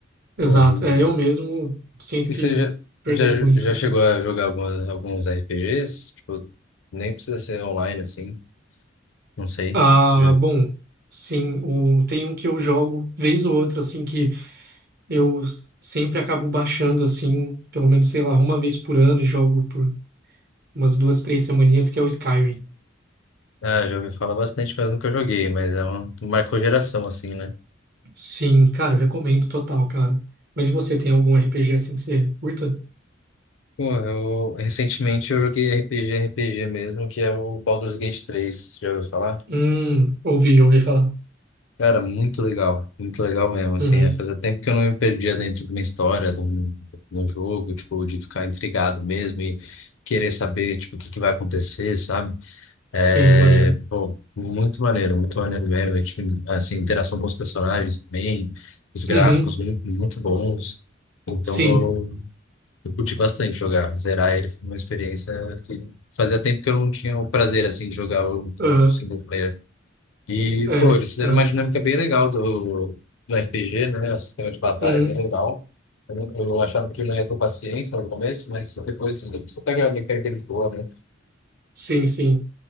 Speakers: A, on the right; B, on the left.
A: exato.
B: Pô, hum.
A: É, eu mesmo sinto
B: e
A: que
B: você já,
A: perdeu
B: já,
A: muito,
B: já
A: assim.
B: chegou a jogar alguma, alguns RPGs? Tipo, nem precisa ser online, assim. Não sei.
A: Ah,
B: se já-
A: bom, sim, o, tem um que eu jogo vez ou outra, assim, que eu sempre acabo baixando, assim, pelo menos, sei lá, uma vez por ano e jogo por umas duas, três semaninhas, que é o Skyrim.
B: Ah, já ouvi falar bastante, mas nunca joguei. Mas é um... Marcou geração, assim, né?
A: Sim, cara, eu recomendo total, cara. Mas e você tem algum RPG assim que você curta?
B: Pô, eu... Recentemente eu joguei RPG, RPG mesmo, que é o Baldur's Gate três Já ouviu falar?
A: Hum, ouvi, ouvi falar.
B: Cara, muito legal, muito legal mesmo, assim,
A: Uhum,
B: é, fazia tempo que eu não me perdia dentro de uma história, de um, de um jogo, tipo, de ficar intrigado mesmo e querer saber, tipo, o que que vai acontecer, sabe?
A: sim,
B: É,
A: maneiro.
B: pô, muito maneiro, muito maneiro mesmo, é, tipo, assim, interação com os personagens também, os gráficos
A: Uhum,
B: muito, muito bons, então
A: sim.
B: eu, eu curti bastante jogar, zerar ele foi uma experiência que fazia tempo que eu não tinha o prazer, assim, de jogar o,
A: ah,
B: o single player. E,
A: é,
B: pô, eles fizeram
A: ah,
B: uma dinâmica bem legal do, do RPG, né? O sistema de batalha
A: uhum,
B: é bem legal. Eu, não- eu achava que eu não ia ter paciência no começo, mas depois você pega a mecânica de boa, né?
A: sim, sim.